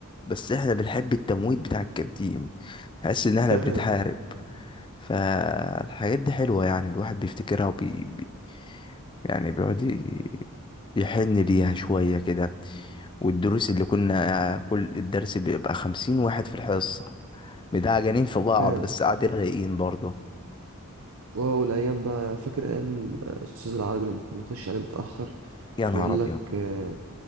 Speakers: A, on the left; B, on the right.
A: بس احنا بنحب التمويت بتاع الكانتين تحس ان احنا
B: فعلا
A: بنتحارب فالحاجات دي حلوة يعني الواحد بيفتكرها وبي... بي... يعني بيقعد ي- يحن ليها شوية كده والدروس اللي كنا كل الدرس بيبقى خمسين واحد في الحصة بتاع جنين في بعض
B: فعلا
A: بس قاعدين رايقين برضه
B: اه والايام بقى فاكر ايام آه، الاستاذ العربي لما كنا نخش عليه متأخر
A: يا نهار
B: يقول
A: ابيض
B: لك آه،